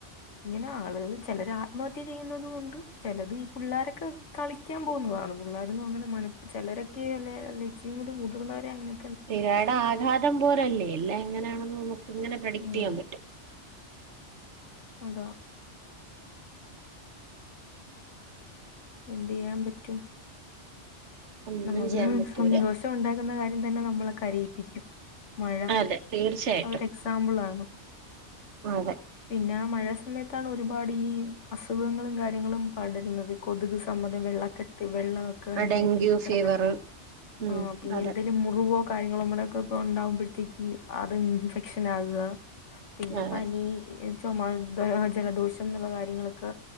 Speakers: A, on the left (about 80°); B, on the right (about 75°).
A: ഇങ്ങനെ ആളുകള് ചിലര് ആത്മഹത്യ ചെയ്യുന്നതുണ്ട് ചിലത് ഈ പിള്ളോരൊക്കെ കളിക്കാൻ പോകുന്നതാണ് പിള്ളേരൊന്നും അങ്ങനെ മന ചിലരൊക്കെ അല്ലല്ല ഇച്ചിരി കൂടി മുതിർന്നവരെ അങ്ങനെ
B: തിരെടെ ആഘാതം പോലല്ലേ ഇല്ല എങ്ങനെയാണെന്ന് നമുക്ക് ഇങ്ങനെ പ്രൊഡിക്ട്
A: ഉം
B: ചെയ്യാൻ പറ്റും
A: അതാ എന്തെയ്യാൻ പറ്റും
B: ഒന്നും
A: നമുക്ക്
B: ചെയ്യാൻ പറ്റൂല
A: സന്തോഷ ഉണ്ടാക്കുന്ന കാര്യം തന്നെ നമ്മളെ കരയിപ്പിക്കും മഴ
B: അതെ തീർച്ചയായിട്ടും
A: അതൊരു എക്സാമ്പിൾ ആണ്
B: അതെ
A: പിന്നെ മഴ സമയത്താണ് ഒരുപാട് ഈ അസുഖങ്ങളും കാര്യങ്ങളും പടരുന്നത് കൊതുക് സംമ്മധം വെള്ള കെട്ട് വെള്ള ക്കെ ഇങ്ങനെ
B: ഡെങ്കു
A: കെട്ടിക്കിടന്നിട്ട്
B: ഫീവർ ഉം
A: ആഹ് പിന്നെ
B: അതെ
A: എന്തേലും മുറിവൊ കാര്യങ്ങളും നമ്മുടൊക്കെ ഇപ്പൊ ഉണ്ടാവുമ്പോഴത്തേക്ക് അത് ഇൻഫെക്ഷൻ ആകുക പിന്നെ
B: അതെ
A: പനി ചുമ ജലദോഷം എന്നുള്ള കാര്യങ്ങളൊക്കെ